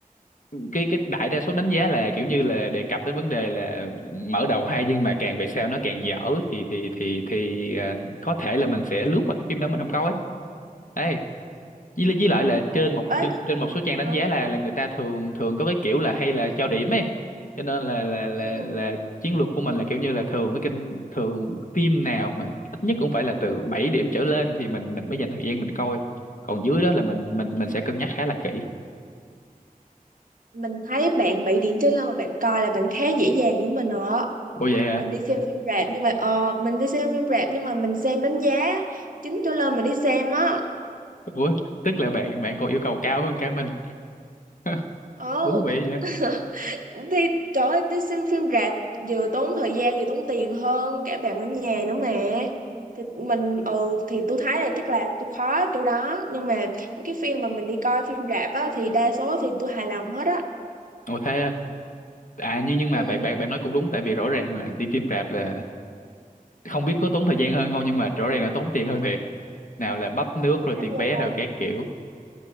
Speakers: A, on the left; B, on the right.
A: cái cái đại đa số đánh giá là kiểu như là đề cập đến vấn đề là mở đầu hay nhưng mà càng về sau nó càng dở thì thì thì thì ờ, có thể là mình sẽ lướt qua cái phim đó mình không coi ấy với với lại là
B: ừ
A: trên một
B: ấy
A: trên, trên một số trang đánh
B: hả
A: giá là là người ta thường thường có cái kiểu là hay là cho điểm ấy cho nên là là là
B: ừ.
A: là chiến lược của mình là kiểu như là thường với kênh thường phim nào mà ít nhất cũng phải là từ 7 điểm trở lên thì mình mình mới dành thời gian mình coi còn dưới đó là mình mình mình sẽ cân nhắc khá là kỹ
B: mình thấy bạn bị điện cho lên mà bạn coi là bạn khá dễ dàng với mình rồi á.
A: ủa vậy à
B: mình đi xem phim rạp nhưng mà ờ mình đi xem phim rạp nhưng mà mình xem đánh giá chín trở lên mình đi xem á
A: ủa tức là bạn bạn còn yêu cầu cao hơn cả mình <laughs>
B: ồ
A: thú vị vậy
B: <laughs> thì trời ơi đi xem phim rạp vừa tốn thời gian vừa tốn tiền hơn cả bạn ở nhà nữa mà thì mình ừ thì tôi thấy là chắc là tôi khó chỗ đó nhưng mà mấy cái phim mà mình đi coi phim rạp á thì đa số thì tôi hài lòng hết á
A: ủa thế à À, nhưng nhưng
B: ừ
A: mà bạn bạn bạn nói cũng đúng tại vì rõ ràng là đi phim rạp là không biết có tốn thời gian hơn không nhưng mà rõ ràng là tốn tiền hơn thiệt nào là bắp nước
B: chính
A: rồi
B: xác
A: tiền
B: luôn
A: vé rồi các kiểu